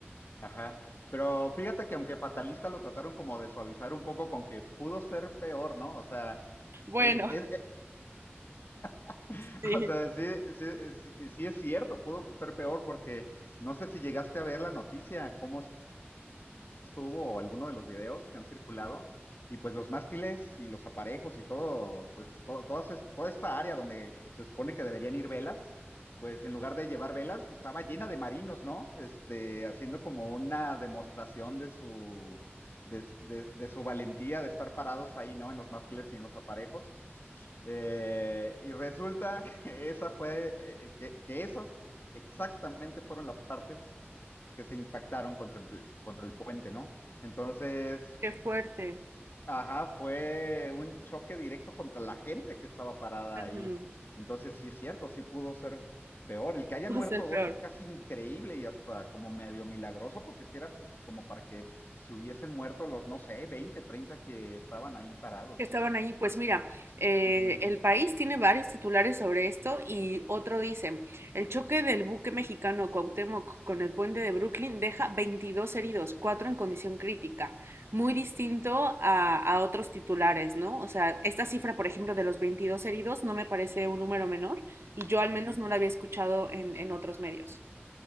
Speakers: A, on the left; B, on the right.
A: Ajá. Pero fíjate que aunque fatalista lo trataron como de suavizar un poco con que pudo ser peor, ¿no? O sea,
B: Bueno,
A: es, es- <laughs>
B: sí,
A: o sea, sí, sí, sí, sí es cierto, pudo ser peor porque no sé si llegaste a ver la noticia, cómo tuvo o alguno de los videos que han circulado. Y pues los mástiles y los aparejos y todo, pues to- todas es- toda esta área donde se supone que deberían ir velas, pues en lugar de llevar velas, estaba llena de marinos, ¿no? Este, haciendo como una demostración de su, de, de- de su valentía de estar parados ahí, ¿no? En los mástiles y en los aparejos. Eh, y resulta <laughs> que esa fue, eh, eh, que, que esas exactamente fueron las partes que se impactaron contra el, contra el puente, ¿no? Entonces,
B: qué fuerte.
A: ajá, fue un choque directo contra la gente que estaba parada
B: Ujú,
A: ahí. Entonces, sí es cierto, sí pudo ser peor. El que hayan
B: Va
A: muerto
B: a ser
A: dos
B: peor.
A: es casi increíble y hasta como medio milagroso, porque si era como para que se hubiesen muerto los, no sé, 20, 30 que estaban ahí parados.
B: Que estaban allí. Pues mira, eh,
A: Ujú,
B: el país tiene varios titulares sobre esto y otro dice, el choque del buque mexicano Cuauhtémoc con el puente de Brooklyn deja 22 heridos, cuatro en condición crítica. Muy distinto a, a otros titulares, ¿no? O sea, esta cifra, por ejemplo, de los 22 heridos no me parece un número menor y yo al
A: ujú.
B: menos no la había escuchado en en otros medios.